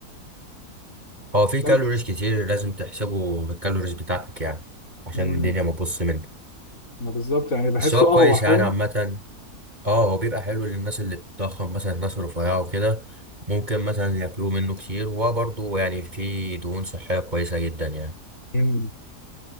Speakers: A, on the right; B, on the left.
A: هو في
B: فاهم
A: كالوريز كتير لازم تحسبه من الكالوريز بتاعتك يعني عشان
B: امم
A: الدنيا ما تبص منك
B: ما بالظبط يعني بحسه
A: بس هو
B: اه
A: كويس
B: هو حلو
A: يعني عامة اه هو بيبقى حلو للناس اللي بتتضخم مثلا الناس الرفيعة وكده ممكن مثلا ياكلوه منه كتير وهو برضه يعني في دهون صحية كويسة جدا يعني
B: امم